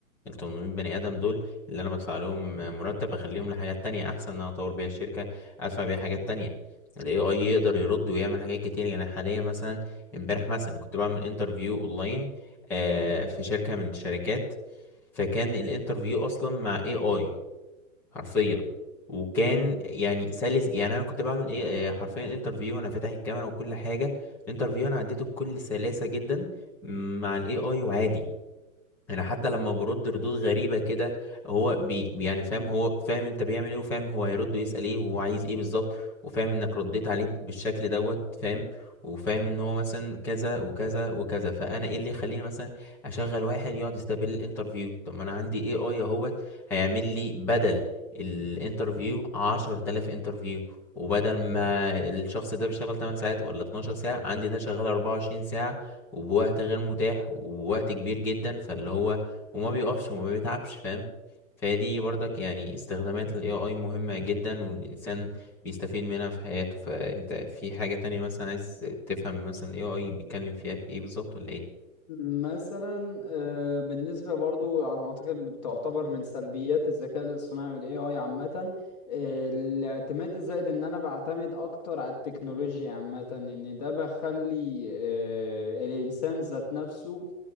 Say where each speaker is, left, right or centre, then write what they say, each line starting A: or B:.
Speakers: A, in the centre; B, on the left (about 30°).
A: ال 800 بني ادم دول اللي انا بدفع لهم مرتب اخليهم لحاجات تانية احسن ان انا اطور بيها الشركه ادفع بيها حاجات تانية الاي اي يقدر
B: مم.
A: يرد ويعمل حاجات كتير يعني حاليا مثلا امبارح مثلا كنت بعمل انترفيو اونلاين آه، في شركه من الشركات فكان الانترفيو اصلا مع اي اي حرفيا وكان
B: حلو
A: يعني سلس يعني انا كنت بعمل ايه آه، حرفيا انترفيو انا فاتح الكاميرا وكل حاجه الانترفيو انا عديته بكل سلاسه جدا مع الاي اي وعادي انا حتى لما برد ردود غريبه كده هو بي يعني فاهم هو فاهم انت بيعمل ايه وفاهم هو هيرد ويسال ايه وهو عايز ايه بالظبط وفاهم انك رديت عليه بالشكل دوت فاهم وفاهم ان هو مثلا كذا وكذا وكذا فانا ايه اللي يخليني مثلا اشغل واحد يقعد يستقبل الانترفيو طب ما انا عندي اي اي اهوت هيعمل لي بدل الانترفيو 10000 انترفيو وبدل ما الشخص ده بيشتغل 8 ساعات ولا 12 ساعة عندي ده شغال 24 ساعة وبوقت غير متاح وبوقت كبير جدا فاللي هو وما بيقفش وما بيتعبش فاهم فدي برضك يعني استخدامات ال AI مهمة جدا والإنسان بيستفيد منها في حياته فأنت في حاجة تانية مثلا عايز تفهم مثلا AI بيتكلم فيها في ايه بالظبط ولا ايه؟
B: مثلا آه، بالنسبة برضو على ما أعتقد بتعتبر من سلبيات الذكاء الاصطناعي وال AI عامة آه، الاعتماد الزائد إن أنا بعتمد أكتر على التكنولوجيا عامة إن ده بخلي آه، الإنسان ذات نفسه